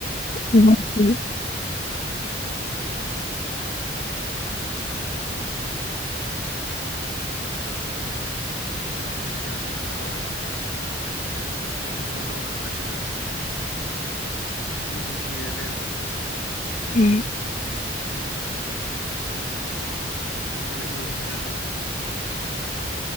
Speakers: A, on the left; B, on the left.
A: ꯎꯝ ꯎ <unintelligible>
B: ꯃꯥꯅꯦ ꯑꯩꯁꯨ ꯌꯥꯔꯁꯦ ꯅꯍꯥꯟꯋꯥꯏ ꯇꯨꯏꯁꯟ ꯆꯠꯂꯣꯒ ꯍꯜꯂꯛꯄꯗ ꯍꯨꯏꯗꯨ ꯆꯔ ꯂꯩꯦ ꯃꯕ
A: ꯎꯝ
B: ꯑꯁ ꯑꯩꯅ ꯀꯞꯄꯁꯤ ꯀꯩꯅꯣ ꯏꯤꯡꯀꯂꯜꯂꯣ ꯍꯤꯡꯀꯂ ꯂꯂꯣꯜꯅ